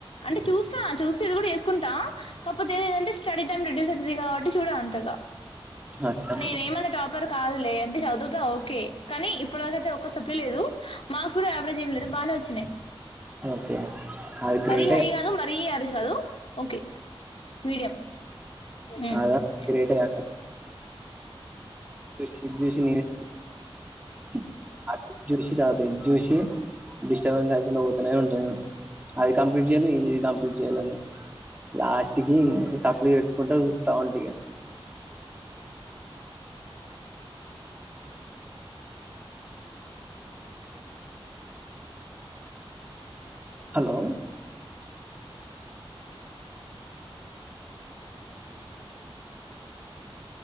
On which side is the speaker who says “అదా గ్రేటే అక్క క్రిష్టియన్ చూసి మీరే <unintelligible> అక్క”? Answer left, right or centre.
Right